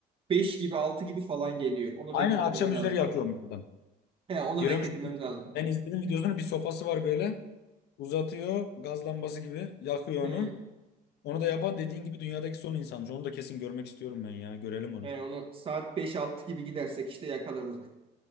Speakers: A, on the right; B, on the left.
A: 5 gibi 6 gibi falan geliyor. Onu
B: Aynen
A: denk getirmemiz
B: akşam
A: lazım.
B: üzeri yakıyormuş adam.
A: He, onu
B: Görüyormuş.
A: denk getirmemiz lazım.
B: Ben izledim videosunu. Bir sopası var böyle. Uzatıyor. Gaz lambası gibi. Yakıyor
A: Hı.
B: onu. Onu da yapan dediğin gibi dünyadaki son insanmış. Onu da kesin görmek istiyorum ben ya. Görelim onu.
A: He, onu saat beş altı gibi gidersek işte yakalarız onu.